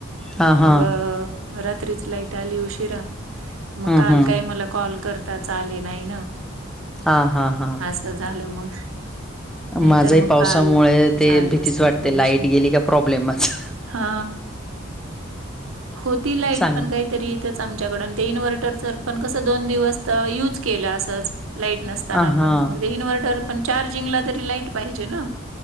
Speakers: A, in the centre; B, on the right (about 85°).
A: हां, हां.
B: मग रात्रीच लाईट आली उशिरा. मग
A: हं,
B: काल
A: हं.
B: काही मला कॉल करता आलेच नाही ना.
A: हा हा हा
B: असं झालं मग नाहीतर
A: माझाही
B: मग
A: पावसामुळे
B: काल
A: ते
B: झाले
A: भीतीच
B: असते
A: वाटते,
B: थोडेसे
A: लाईट गेली का प्रॉब्लेमच.
B: हा होती लाईट
A: सांग
B: पण काही तरी इथच, आमच्याकडून ते इन्व्हर्टरर पण कसं दोन दिवस युज केलं असंच लाईट नसताना
A: अ हा
B: पण मग ते इन्व्हर्टर पण चार्जिंगला तरी लाईट पाहिजे ना,